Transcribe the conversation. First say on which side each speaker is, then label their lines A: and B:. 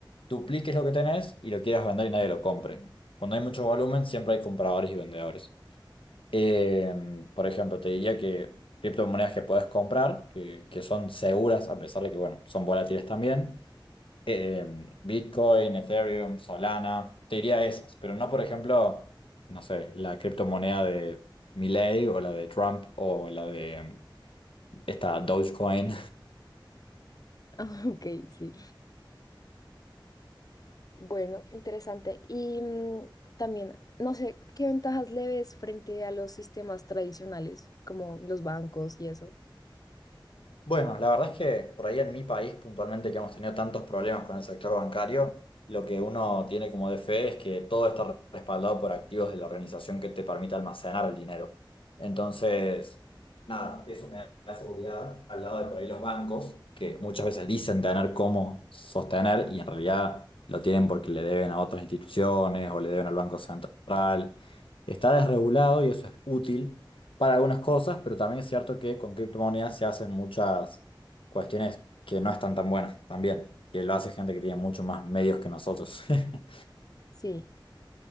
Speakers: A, on the left (about 85°); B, on the left (about 45°).
A: dupliques lo que tenés y lo quieras vender y nadie lo compre. Cuando hay mucho volumen, siempre hay compradores y vendedores. Eh, por ejemplo, te diría que criptomonedas que puedes comprar, que, que son seguras, a pesar de que, bueno, son volátiles también, eh, Bitcoin, Ethereum, Solana, te diría esas, pero no, por ejemplo, no sé, la criptomoneda de Milei o la de Trump o la de mm, esta Dogecoin.
B: Ah, <laughs> Ok, sí. Bueno, interesante. Y mm, también, no sé, ¿qué ventajas le ves frente a los sistemas tradicionales, como los bancos y eso?
A: Bueno, la verdad es que por ahí en mi país puntualmente que hemos tenido tantos problemas con el sector bancario, lo que uno tiene como de fe es que todo está respaldado por activos de la organización que te permite almacenar el dinero. Entonces, nada, eso me da seguridad al lado de por ahí los bancos, que muchas veces dicen tener cómo sostener y en realidad lo tienen porque le deben a otras instituciones o le deben al Banco Central. Está desregulado y eso es útil para algunas cosas, pero también es cierto que con criptomonedas se hacen muchas cuestiones que no están tan buenas también, que lo hace gente que tiene mucho más medios que nosotros. <laughs>
B: Sí.